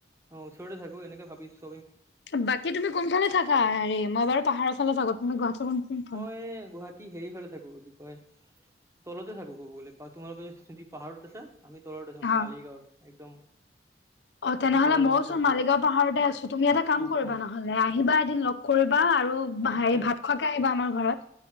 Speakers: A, on the right (about 15°); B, on the left (about 75°).
A: অ' ওচৰতে থাকো এনেকে ভাবি আছোঁ।
B: বাকী তুমি কোনফালে থাকা হেৰি মই বাৰু পাহাৰৰ ফালে থা, তুমি গুৱাহাটী কোন
A: এ-গুৱাহাট টি হেৰি ফালে থাকো কি কয় তলতে থাকো ক'ব গলে তোমালোকে যদি পাহাৰত আছা আমি তলত আছো, মানে
B: হা
A: মালিগাঁৱৰ একদম
B: অ' তেনেহলে
A: একদম তলৰ
B: মইওচোন
A: অঞ্চল বিলাক
B: মালিগাঁও পাহাৰতে আছো, তুমি এটা কাম
A: অ
B: কৰিবা
A: অ
B: নহলে আহিবা এদিন লগ কৰিবা আৰু
A: আচ্ছা
B: হেৰি, ভাত খোৱাকে আহিবা আমাৰ ঘৰত।